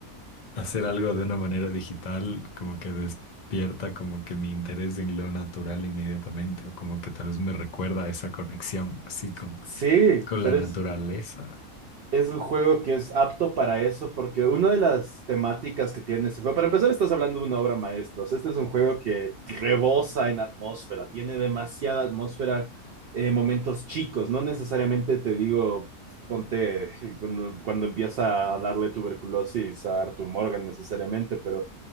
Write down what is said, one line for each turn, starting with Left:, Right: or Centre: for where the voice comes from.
Left: hacer algo de una manera digital, como que despierta como que mi interés en lo natural inmediatamente, o como que tal vez me recuerda a esa conexión, así con,
Right: Sí,
Left: con
Right: pero
Left: la naturaleza.
Right: es, es un juego que es apto para eso, porque una de las temáticas que tiene ese juego, para empezar, estás hablando de una obra maestra. O sea, este es un juego que rebosa en atmósfera, tiene demasiada atmósfera, eh, momentos chicos. No necesariamente te digo, ponte cuando, cuando empieza a darle tuberculosis a Arthur Morgan, necesariamente, pero